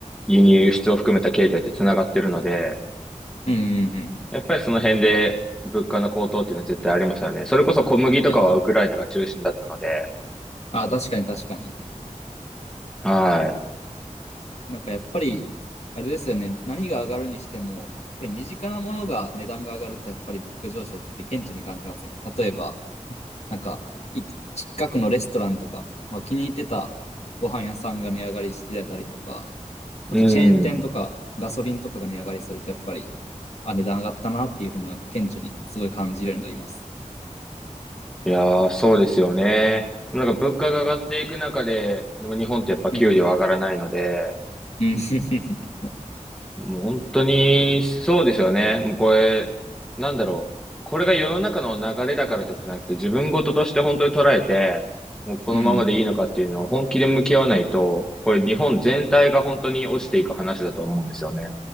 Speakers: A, in the centre; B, on the left (about 55°).
A: 輸入輸出を含めた経済って繋がってるので、
B: うん。うん。うん
A: やっぱりその辺で物価の高騰っていうのは絶対ありますよね。それこそ小麦とかはウクライナが中心だったので、
B: いや、ああ、確かに確かに。
A: は
B: なんかやっぱり、あれですよね。何が上がるにしても、やっぱり身近なものが値段が上がると、やっぱり物価上昇って顕著に感じますよね。例えば、なんか、い近くのレストランとか、まあ気に入ってたご飯屋さんが値上がりしてたりとか、あとチェーン店とかガソリンとかが値上がりするとやっぱり、
A: い。うん。
B: あ、値段上がったなっていうふうになんか顕著にすごい感じるようになります。
A: いやー、そうですよね。なんか物価が上がっていく中で、でも日本ってやっぱ給料上がらないので、
B: うん。うん。<laughs>
A: もう本当に、そうですよね。もうこれ、なんだろう。これが世の中の流れだからとかじゃなくて、自分事として本当に捉えて、もうこのままでいいのかっていうのを本気で向き合わないと、
B: うん。
A: これ日本全体が本当に落ちていく話だと思うんですよね。